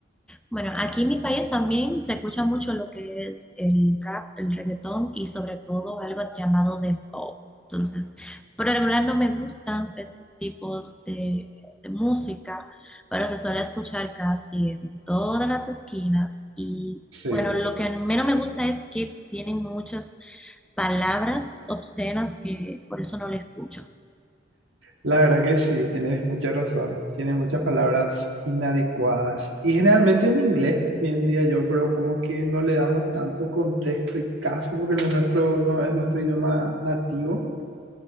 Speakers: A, in the centre; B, on the right.
A: Bueno, aquí en mi país también se escucha mucho lo que es el rap, el reggaetón y sobre todo algo llamado de pop. Entonces, por lo regular no me gustan esos tipos de, de música, pero se suele escuchar casi en todas las esquinas. Y
B: Sí,
A: bueno, lo que menos me gusta es que tienen muchas palabras obscenas que por eso no le escucho.
B: la verdad que sí, tienes mucha razón. Tiene muchas palabras inadecuadas y generalmente en inglés, bien diría yo, pero como que no le damos tanto contexto y caso porque no es nuestro, no es nuestro idioma nativo,